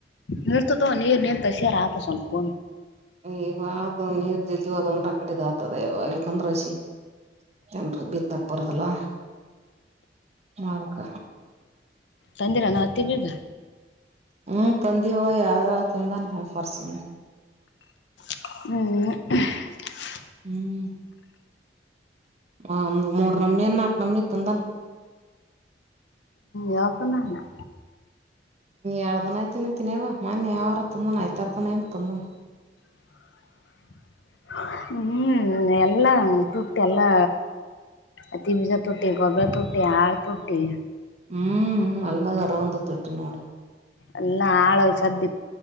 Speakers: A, on the left; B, on the right.
A: ನೀರ್ತತವ ನೀರ್ ನಿನ್ ತಗಸಾರ ಆತ ಸ್ವಲ್ಪ
B: ಇವ ಅ ನೀರ್ ಜಲ್ದ ಅಂದುಟಾಕಟ ಇದ್ ಆತದೆ ಇಲ್ಕಂದ ಹಷಿ ಜನ್ರು ಬಿತ್ತಾಕ್ ಬರದಲ್ಲ ಅದಕ್
A: ತಂದಿರನ ಹತ್ತಿ ಬೀಜ
B: ಹ್ಮ <inaudible> ತಂದೆಯವ ಯಾರ ತಂದಾನ ಹ ಪರ್ಸು
A: ಹ್ಮ
B: ಹ್ಮ್ ಆ ಒಂದು ಮೂರ್ ನಮನಿನ್ ನಾಕ ನಮನಿ ತಂದನ್
A: ಯಾವಕ ಹ
B: ಎರಡು ದಿನ ಆಯ್ತನಂತನವ ಮನ್ನೆ ಯಾವಾರ ತಂದನ್ ಆಯ್ತಾರ್ದನ ಏನ್ ತಂದನ
A: <unintelligible> ಹ್ಮ್ ಎಲ್ಲಾ ತುಟ್ಟಿ ಎಲ್ಲಾ ಅತಿ ಬಿಜಾ ತುಟ್ಟಿ ಗೊಬ್ಬರ ತುಟ್ಟಿ ಆಳ್ ತುಟ್ಟಿ
B: ಹ್ಮ್ ಅಲ್ಲದ ಅರ ಒಂದ ತುಟ್ಟಿ ನೋಡ
A: ಎಲ್ಲ ಆಳ ಸದ್ದಿ